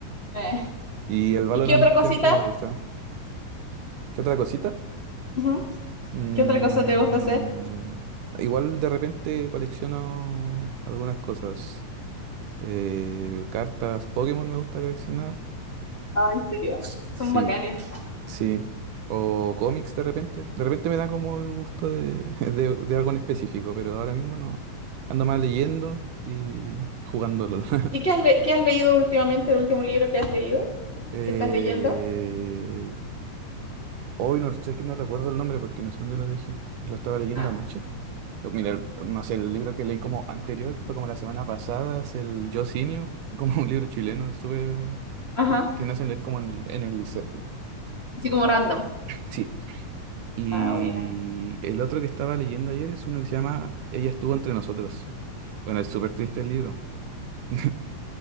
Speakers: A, on the left; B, on the right.
A: Eh,
B: ¿Y el Valorant
A: ¿Y qué otra cosita?
B: qué tanto me gusta? ¿Qué otra cosita?
A: Ujú.
B: Mm,
A: ¿Qué otra cosa te gusta hacer?
B: igual de repente colecciono algunas cosas. Eh, cartas Pokémon me gusta coleccionar.
A: Ah, ¿en serio?
B: Sí,
A: Son bacanes.
B: sí. O cómics de repente. De repente me da como el gusto de, <laughs> de, de algo en específico, pero ahora mismo no. Ando más leyendo y jugando LOL. <laughs>
A: ¿Y qué has, le- qué has leído últimamente, el último libro que has leído?
B: Eh,
A: ¿Qué estás leyendo?
B: Hoy no sé que no recuerdo el nombre porque no sé dónde lo dejé. Lo estaba leyendo
A: Ah,
B: anoche. Pero Mira, no sé, el libro que leí como anterior, que fue como la semana pasada, es el Yo Simio, <laughs> como un libro chileno, súper...
A: ajá.
B: que, que nacen leer como en, en el liceo.
A: Así como random.
B: Sí. Y
A: Ah, buena.
B: el otro que estaba leyendo ayer es uno que se llama Ella estuvo entre nosotros. Bueno, es súper triste el libro. <laughs>